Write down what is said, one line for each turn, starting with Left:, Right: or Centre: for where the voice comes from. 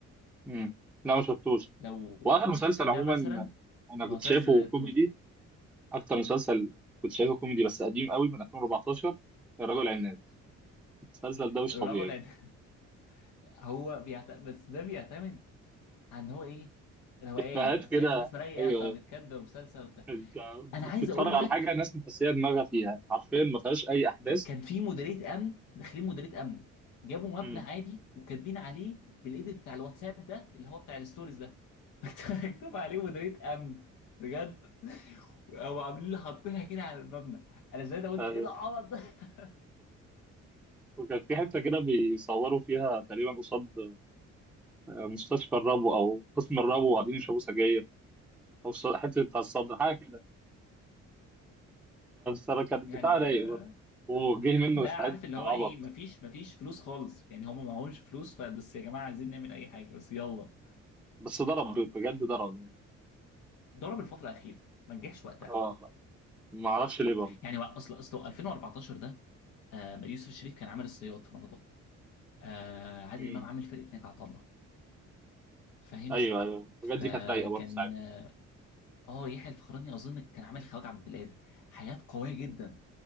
Centre: مم. لا ما شفتوش
Left: لو
Centre: واخر مسلسل
Left: ده
Centre: عموما
Left: مثلا
Centre: انا
Left: معتز
Centre: كنت شايفه
Left: التوني
Centre: كوميدي اكتر مسلسل كنت شايفه كوميدي بس قديم قوي من 2014 الرجل العناب المسلسل ده مش
Left: الرجل
Centre: طبيعي
Left: عد- <laughs> هو بيعت... بس ده بيعتمد عن هو ايه روقان
Centre: افيهات كده
Left: فاهم ناس رايقه
Centre: ايوه
Left: فبتكدب مسلسل بتاع
Centre: انت بتتفرج
Left: انا عايز اقول
Centre: على
Left: لك
Centre: حاجه ناس مفسيه دماغها فيها حرفيا ما فيهاش اي احداث
Left: ك- كان في مديريه امن داخلين مديريه امن جابوا مبنى
Centre: امم
Left: عادي وكاتبين عليه بالايديت بتاع الواتساب ده اللي هو بتاع الستوريز ده <laughs> مكتوب عليه مديريه امن بجد او عاملين لي حاطينها كده على المبنى انا زي ده قلت
Centre: آه،
Left: ايه العبط ده <laughs>
Centre: وكان في حته كده بيصوروا فيها تقريبا قصاد آه، مستشفى الربو او قسم الربو وقاعدين يشربوا سجاير او الص- حته بتاع الصدر حاجه كده فكان
Left: يعني
Centre: بتاع رايق
Left: آه،
Centre: برضه وجه منه
Left: ده
Centre: افيهات
Left: عارف اللي
Centre: عبط
Left: هو ايه مفيش مفيش فلوس خالص يعني هم معهمش فلوس فبس يا جماعه عايزين نعمل اي حاجه بس يلا
Centre: بس ضرب بجد ضرب يعني
Left: ضرب الفتره الاخيره ما نجحش وقتها
Centre: اه ما اعرفش ليه برضه
Left: يعني بقى اصل اصل 2014 ده آه، يوسف الشريف كان عامل الصياد في رمضان آه عادل
Centre: مم.
Left: امام عامل فرقه ناجي عطا الله فاهم
Centre: ايوه ايوه
Left: فكان
Centre: الحاجات دي كانت رايقه برضه ساعتها
Left: اه آه، يحيى الفخراني اظن كان عامل خواجه عبد القادر حاجات قويه جدا